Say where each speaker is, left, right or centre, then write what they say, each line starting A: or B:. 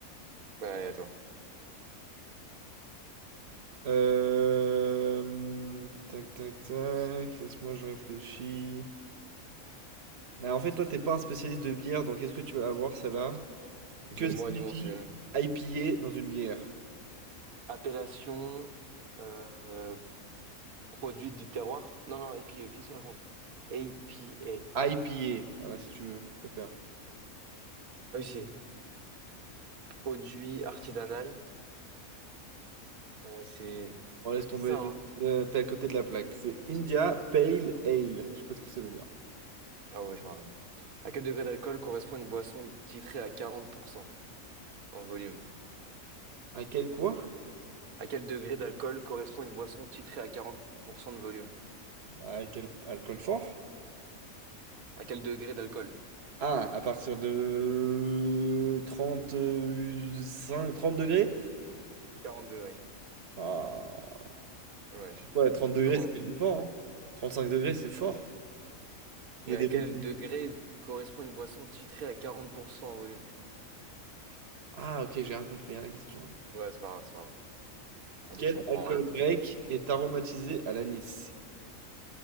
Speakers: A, on the right (about 80°); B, on the right (about 50°).
A: Ouais, Allez, à toi.
B: Euh, tac, tac, tac. Laisse-moi, je réfléchis. Mais en fait, toi, t'es pas un spécialiste de bière, donc est-ce que tu vas avoir celle-là?
A: Dis-moi,
B: Que signifie
A: dis-moi, on sait jamais.
B: IPA dans une bière?
A: Appellation euh, produit du terroir. Non, non, APA, qu'est-ce que ça raconte? APA.
B: IPA, voilà, si tu veux, je préfère.
A: Ah oui, c'est produit artisanal. Euh, c'est
B: Bon, laisse tomber,
A: c'est ça,
B: laisse-
A: hein?
B: euh, t'es à côté de la plaque. C'est India Pale Ale. Je sais pas ce que ça veut dire.
A: Ah ouais, je me rappelle. À quel degré d'alcool correspond une boisson titrée à 40% en volume?
B: À quel quoi?
A: À quel degré d'alcool correspond une boisson titrée à 40% de volume?
B: À quel alcool fort?
A: À quel degré d'alcool?
B: Ah, à partir de 35, 30 degrés?
A: 40 degrés.
B: Ah,
A: Dommage.
B: ouais, 30 degrés,
A: C'est pas con.
B: c'est quand même fort, hein. cinq degrés, c'est fort. Il
A: Mais
B: y a des
A: à quel
B: degrés.
A: degré correspond une boisson titrée à 40% en volume?
B: Ah, ok, j'ai rien compris à la question. alors.
A: Ouais, c'est pas grave, c'est pas grave. Attends,
B: Quel
A: tu comprends
B: alcool
A: rien.
B: grec est aromatisé à l'anis?